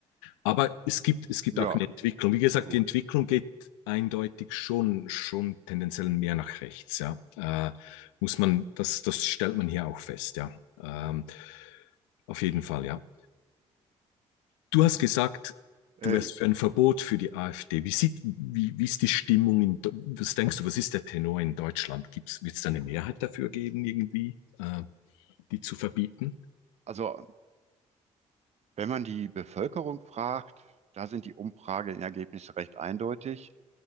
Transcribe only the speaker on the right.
Ja,
gut.
Äh,
also, wenn man die Bevölkerung fragt, da sind die Umfrageergebnisse recht eindeutig.